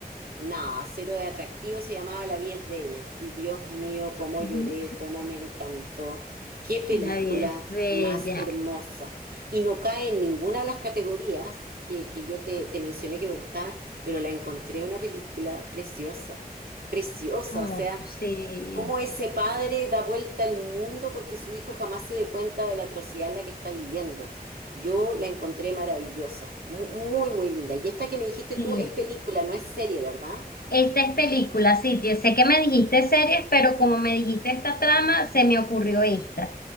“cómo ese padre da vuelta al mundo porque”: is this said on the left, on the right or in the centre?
Right